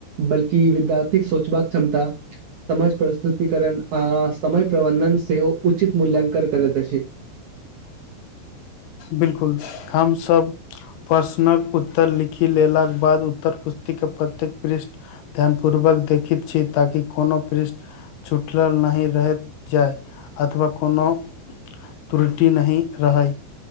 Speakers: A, on the right; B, on the left.
A: बल्कि विद्यार्थीक सोचबाक क्षमता। समज प्रस्तुतिकरण आ समय प्रबन्धन सेहो उचित मूल्यांकन करैत अछि।
B: बिलकुल हमसब। प्रश्नक उत्तर लिखि लेलाके बाद उत्तर पुस्तिके प्रत्येक पृष्ठ। ध्यान पूर्वक देखैत छी ताकि कोनो पृष्ठ। छुटलल नहि रहैत जाय अथवा कोनो। त्रुटि नहि रहै।